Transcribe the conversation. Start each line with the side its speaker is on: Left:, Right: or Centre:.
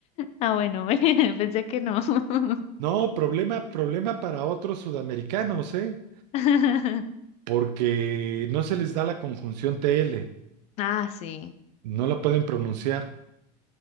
Left: Ah, bueno, <laughs> pensé que no. <laughs>
Right: No, problema, problema para otros sudamericanos, ¿eh?
Left: <laughs>
Right: Porque no se les da la conjunción TL.
Left: Ah, sí.
Right: No la pueden pronunciar.